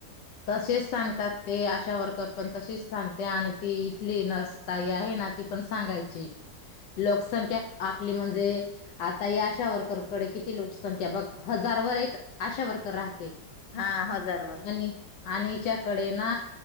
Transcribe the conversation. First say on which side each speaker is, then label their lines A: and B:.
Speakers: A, on the left; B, on the left.
A: तसेच सांगतात ते अशा वर्कर पण तशीच सांगते आणि ती इथली नर्सतााई आहे ना ती पण सांगायची लोकसंख्या आपली म्हणजे आता या अशा वर्कर कडे किती लोकसंख्या बघ हजार वर एक अशा वर्कर राहते
B: हा हजार वर
A: आणि आणिच्याकडे ना